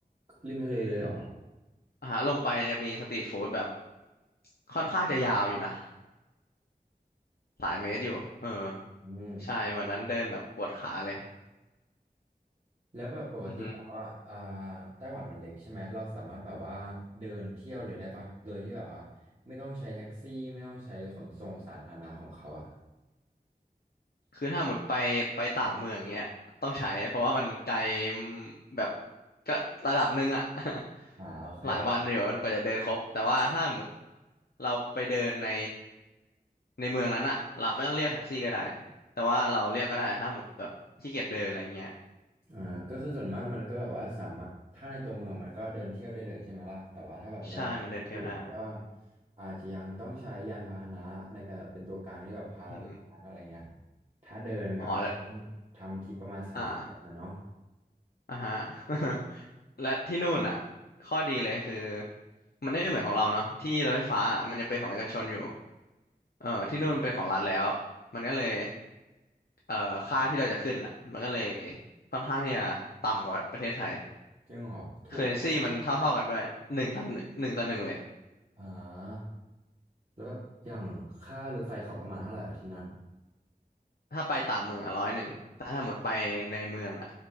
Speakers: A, on the right; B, on the left.
A: ริมทะเลเลยเหรอ
B: อืมอ่าฮะลงไปจะมีสตรีทฟู้ดแบบค่อนข้างจะยาวอยู่นะ หลายเมตรอยู่เออ
A: อืม
B: ใช่วันนั้นเดินแบบปวดขาเลย
A: แล้วแบบปกติแล้วว่าอ่า
B: อือฮึ
A: ไต้หวันมันเล็กใช่ไหมเราสามารถแบบว่าเดินเที่ยวเลยได้ปะโดยที่แบบว่าไม่ต้องใช้แท็กซี่ไม่ต้องใช้ขนส่งสาธารณะของเขาอ่ะ
B: คือถ้าหมดไปไปต่างเมืองเงี้ยต้องใช้เพราะว่ามันไกลแบบก็ระดับหนึ่งอะ <laughs>
A: อ่าโอเค
B: หลายวันอยู่กว่าจะเดินครบ แต่ว่าถ้าหมดเราไปเดินในในเมืองนั้นอะเราไม่ต้องเรียกแท็กซี่ก็ได้ แต่ว่าเราเรียกก็ได้ถ้าหมดแบบขี้เกียจเดินอะไรเงี้ย
A: อ่าก็คือส่วนมากมันก็แบบว่าสามารถถ้าในตัวเมืองมันก็เดินเที่ยวได้เลยใช่ไหมล่ะแต่ว่าถ้าแบบเราอยากไปที่อื่นก็
B: ใช่มันเดินเที่ยวได้
A: อาจจะยังต้องใช้ยานพาหนะในการแบบเป็นตัวกลางที่แบบพาเราไปตรงนั้นอะไรเงี้ย
B: อืม
A: ถ้าเดินก็อาจจะต้องทำทริปประมาณสามสิบวันนะเนาะ
B: อ๋อแล้วอ่า อ่ะฮะ <laughs> และที่นู่นอ่ะข้อดีเลยคือมันไม่เหมือนของเราเนาะที่รถไฟฟ้าอะมันยังเป็นของเอกชนอยู่เออที่นู่นมันเป็นของรัฐแล้วมันก็เลยเอ่อค่าที่เราจะขึ้นอ่ะมันก็เลยค่อนข้างที่จะต่ำกว่าประเทศไทย
A: จริงเหรอถูกเหรอ
B: เคอร์เรนซีมันเท่าเท่ากันด้วยหนึ่งต่อหนึ่งหนึ่งต่อหนึ่งเลย
A: อ่าแล้วแบบอย่างค่ารถไฟเขาประมาณเท่าไหร่อ่ะอที่นั่น
B: ถ้าไปต่างเมืองอ่ะร้อยหนึ่งแต่ถ้าหมดไปในเมืองอ่ะ